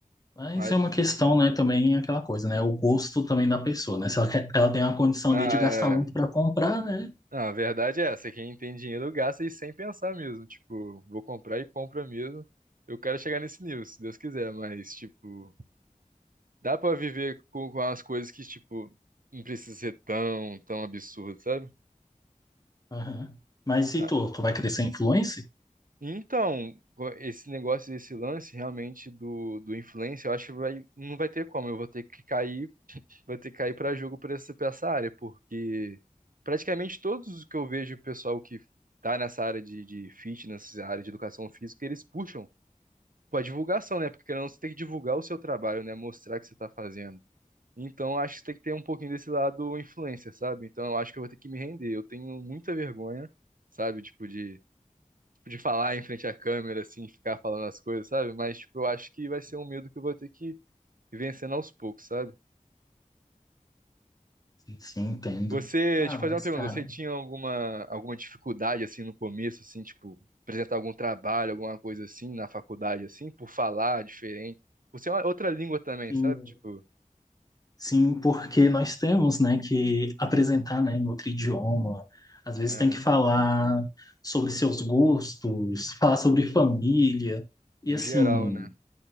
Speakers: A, on the left; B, on the right.
A: Mas
B: Mas,
A: é uma questão, né, também é aquela coisa, né? O gosto também da pessoa, né? Se ela, quer- ela tem uma condição
B: ah,
A: ali de gastar
B: é...
A: muito para comprar, né?
B: Não, a verdade é essa. Quem tem dinheiro gasta e sem pensar mesmo. Tipo, vou comprar e compra mesmo. Eu quero chegar nesse nível, se Deus quiser. Mas, tipo, dá pra viver com, com as coisas que, tipo, não precisa ser tão, tão absurdo, sabe?
A: Aham. Mas e
B: Ah,
A: tu? Tu vai crescer influencer?
B: Então, esse negócio, esse lance realmente do, do influencer, eu acho que vai, não vai ter como. Eu vou ter que cair, vou ter que cair para jogo por essa, pra essa área, porque praticamente todos os que eu vejo o pessoal que tá nessa área de, de fitness, essa área de educação física, eles puxam pra divulgação, né? Porque querendo ou não, você tem que divulgar o seu trabalho, né? Mostrar o que você tá fazendo. Então, eu acho que tem que ter um pouquinho desse lado influencer, sabe? Então, eu acho que eu vou ter que me render. Eu tenho muita vergonha, sabe? Tipo, de de falar em frente à câmera, assim, ficar falando as coisas, sabe? Mas, tipo, eu acho que vai ser um medo que eu vou ter que ir vencendo aos poucos, sabe?
A: Sim, entendo.
B: Você,
A: Ah,
B: deixa eu
A: mas
B: fazer uma pergunta,
A: cara,
B: você tinha alguma, alguma dificuldade, assim, no começo, assim, tipo, apresentar algum trabalho, alguma coisa assim, na faculdade, assim, por falar diferente? Por ser uma outra língua também,
A: sim,
B: sabe? Tipo,
A: sim, porque nós temos, né, que apresentar, né, em outro idioma. Às vezes
B: é,
A: tem que falar sobre seus gostos, falar sobre família. E
B: no
A: assim,
B: geral, né?